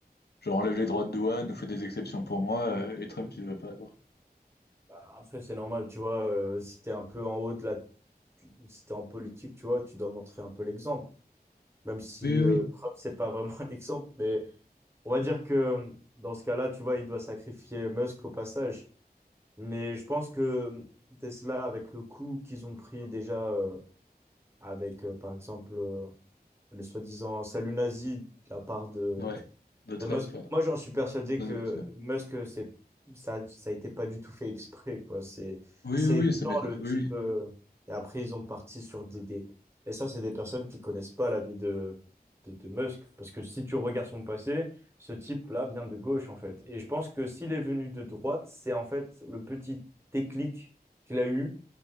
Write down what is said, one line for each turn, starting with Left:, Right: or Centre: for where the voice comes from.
Left: genre, enlève les droits de douane, nous fait des exceptions pour moi, euh, et Trump, il veut pas avoir.
Right: Bah, après, c'est normal, tu vois, euh, si t'es un peu en haut de la. Si t'es en politique, tu vois, tu dois montrer un peu l'exemple. Même si
Left: Oui,
Right: euh,
Left: oui,
Right: Trump, c'est pas vraiment <laughs> un exemple, mais on va dire que dans ce cas-là, tu vois, il doit sacrifier Musk au passage. Mais je pense que Tesla, avec le coup qu'ils ont pris déjà euh, avec, euh, par exemple, euh, le soi-disant salut nazi de la part de,
Left: oui. Ouais. De Trump,
Right: de Musk.
Left: ouais.
Right: Moi, j'en suis persuadé
Left: Non,
Right: que
Left: de Musk, ouais.
Right: Musk, c'est ça, ça a été pas du tout fait exprès, quoi. C'est
Left: Oui,
Right: c'est
Left: oui, oui,
Right: évident
Left: ça m'est-
Right: le type.
Left: oui, oui.
Right: euh, Et après, ils ont parti sur des, des- Et ça, c'est des personnes qui connaissent pas la vie de, de de Musk, parce que si tu regardes son passé, ce type-là vient de gauche, en fait. Et je pense que s'il est venu de droite, c'est en fait le petit déclic qu'il a eu